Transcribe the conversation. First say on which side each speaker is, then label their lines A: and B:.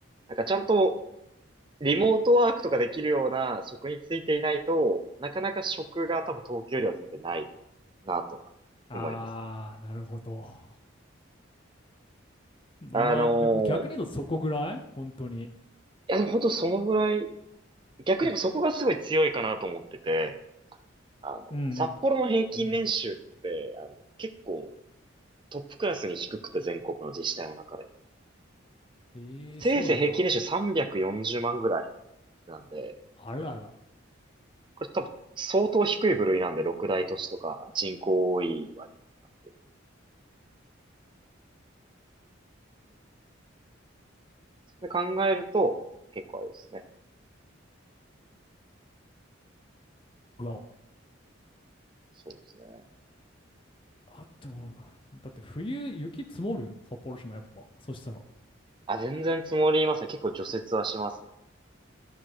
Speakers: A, on the right (about 25°); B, on the left (about 25°).
A: なんかちゃんとリモートワークとかできるような職についていないと、なかなか職が多分東京よりは全然ないなとは思いますね。
B: あー、なるほど。まあ、
A: あの
B: でも逆に言うとそこぐらい本当に。
A: ーいやでも本当そのぐらい、逆に言えばそこがすごい強いかなと思ってて、
B: うん。
A: あの、
B: うん
A: 札幌の平均年収って、
B: うんうん
A: あの、結構トップクラスに低くて全国の自治体の中でも。
B: えーそうなんだ。
A: せいぜい平均年収340万ぐらい。なんで、
B: あらら。
A: これ多分相当低い部類なんで、六大都市とか人口多い割になっている。そ考えると、結構あれですね。
B: だわ。
A: そうですね。
B: あと、だって冬雪積もる札幌市もやっぱ。そしたら。
A: あ、全然積もりますね。結構除雪はしますね。